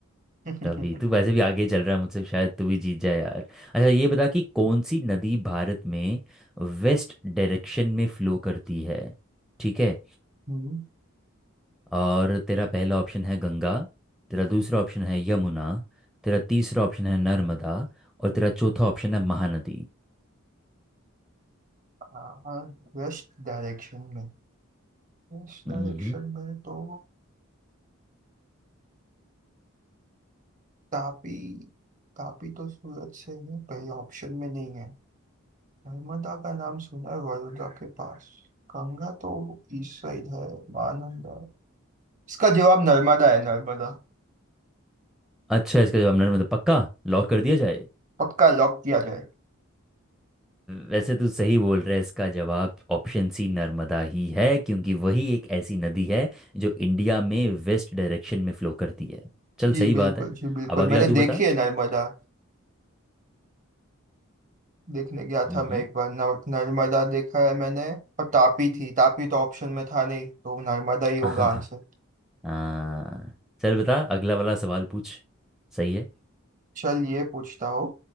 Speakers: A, on the right; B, in the centre.
A: <laughs>
B: तभी तू वैसे भी आगे चल रहा है मुझसे शायद तू भी जीत जाए यार अच्छा ये बता कि कौन सी नदी भारत में वेस्ट डायरेक्शन में फ्लो करती है ठीक है
A: हम्म,
B: और तेरा पहला ऑप्शन है गंगा तेरा दूसरा ऑप्शन है यमुना तेरा तीसरा ऑप्शन है नर्मदा और तेरा चौथा ऑप्शन है महानदी
A: आ, वेस्ट डायरेक्शन में वेस्ट
B: हम्म
A: डायरेक्शन में तो तापी तापी तो सूरत से है पहले ऑप्शन में नहीं है नर्मदा का नाम सुना है बड़ौदा के पास गंगा तो ईस्ट साइड है महानंदा इसका जवाब नर्मदा है नर्मदा
B: अच्छा इसका जवाब नर्मदा पक्का लॉक कर दिया जाए
A: पक्का लॉक किया जाए
B: वैसे तू सही बोल रहा है इसका जवाब ऑप्शन सी नर्मदा ही है क्योंकि वही एक ऐसी नदी है जो इंडिया में वेस्ट डायरेक्शन में फ्लो करती है चल
A: जी
B: सही
A: बिल्कुल
B: बात है
A: जी बिल्कुल
B: अब अगला
A: मैंने
B: तू
A: देखी
B: बता
A: है नर्मदा देखने गया
B: हम्म
A: था मैं एक बार नर- नर्मदा देखा है मैंने और तापी थी तापी तो ऑप्शन में था नहीं तो नर्मदा ही होगा
B: <laughs>
A: आंसर
B: हाँ चल बता अगला वाला सवाल पूछ सही है
A: चल ये पूछता हूँ